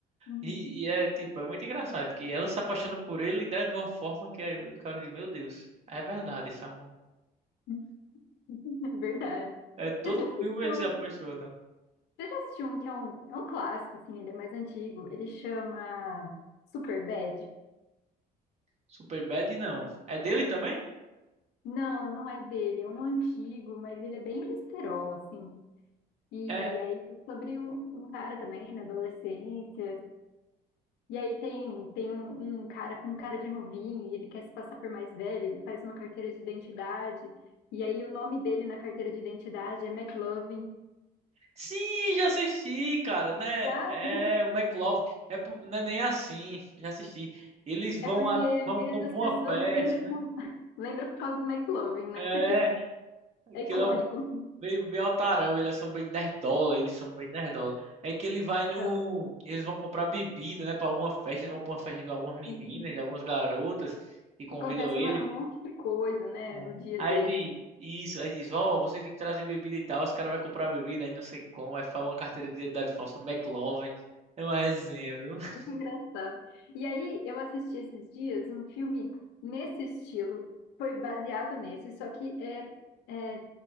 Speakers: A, on the left; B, on the right.
A: Uhum.
B: E, e é tipo, é muito engraçado que ela se apaixona por ele né, de uma forma que é, o cara diz, meu Deus, é verdade esse amor.
A: <laughs> É verdade.
B: É todo
A: Você já assistiu?
B: filme ele se apaixona.
A: Você já assistiu um que é um, é um clássico, assim, ele é mais antigo. Ele chama Superbad?
B: Superbad não. É dele também?
A: Não, não é dele, é um antigo, mas ele é bem besterol, assim. E
B: É.
A: aí, sobre um, um cara também, na adolescência. E aí tem, tem um, um cara com cara de novinho, e ele quer se passar por mais velho, ele faz uma carteira de identidade, e aí o nome dele na carteira de identidade é McLovin.
B: Sim, já assisti, cara, né?
A: Já
B: É o McLovin. É, pro- não é nem assim. Já assisti. Eles vão
A: é porque
B: a,
A: a
B: vão
A: maioria
B: pra
A: das pessoas
B: uma festa,
A: lembra,
B: né?
A: com, <laughs> lembra por causa do McLovin, né?
B: É,
A: Porque
B: aquilo
A: é icônico.
B: Bem, bem otarão, eles são bem nerdola, eles são bem nerdola. É que ele vai no.
A: Então,
B: Eles vão comprar bebida, né? Pra alguma festa, eles vão pra uma festa de algumas meninas,
A: e
B: de algumas garotas que convidam
A: acontece
B: ele.
A: uma- um monte de coisa, né,
B: É.
A: no dia
B: Aí
A: deles.
B: diz, isso, aí diz, ó, vocês têm que trazer bebida e tal. Os caras vão comprar bebida, aí não sei como, aí faz uma carteira de identidade falsa, McLovin. É uma resenha, viu? <laughs>
A: Que engraçado. E aí, eu assisti esses dias um filme nesse estilo, foi baseado nesse, só que é, é